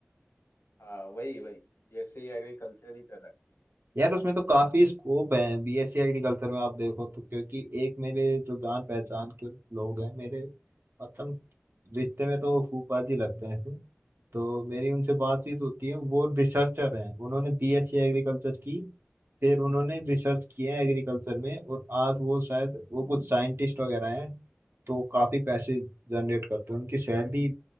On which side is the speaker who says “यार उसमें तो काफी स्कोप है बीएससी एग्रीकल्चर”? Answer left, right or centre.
Right